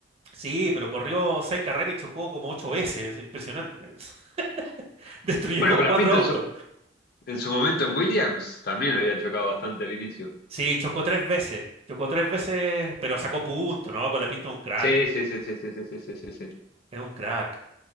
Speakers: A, on the right; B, on the left.
A: sí, pero corrió seis carreras y chocó como ocho veces. Impresionante. <laughs> Destruyó
B: Bueno,
A: como
B: con
A: cuatro
B: la Pinto
A: autos.
B: en su, en su momento en Williams también había chocado bastante al inicio.
A: Sí, chocó tres veces. Chocó tres veces, pero sacó punto, ¿no? Con la pinta de un crack.
B: Sí, sí, sí, sí, sí, sí, sí, sí, sí. sí.
A: Es un crack.